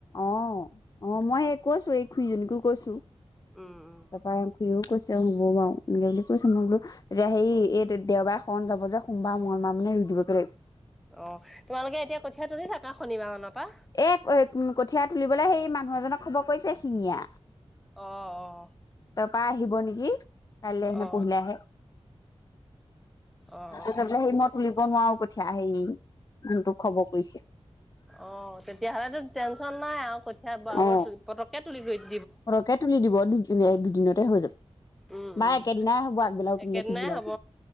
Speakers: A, on the left; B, in the centre.
A: অ -অ মই স কৈছো এই খুৰিজনীকো কৈছো
B: উম উম
A: তাৰপৰা ঘুও কৈছেবাও বুলি কৈছে মই বোলো হেই
B: অ
A: এই দেওবাৰ ফন যাব যে সোমবাৰ মঙলবাৰ মানে ৰুই দিব লাগিব
B: অ' তোমালোকে এতিয়া কঠীয়া তুলি থাকা শনিবাৰ মনৰ পৰা
A: এ কঠীয়া তুলিবলৈ সেই মানুহ এজনক খবৰ কৰিছে শিঙীয়া
B: অ- অ
A: তাৰপা আহিব নেকি কাইলৈ আহে নে
B: অ
A: পঢহিলে আহে।
B: অ অ
A: তে বলে সেই মই তুলিব নোৱাৰো কঠিয়া সেই যোনটোোক খবৰ কৰিছে।
B: অ' তেতিয়াহ'লেো টেনশচন নাই আৰু কঠীয়া বৰা
A: অ
B: বৰ পতককে তুলি গৈ দি
A: সৰহকে তুলি দিব দুদিনে দুদিনতে হৈ যাব।
B: উম
A: বা
B: -উম
A: একেদিনাই হ'ব আগবেলাও তুলিলে
B: একেদিনাই
A: পিছবেলাও
B: হব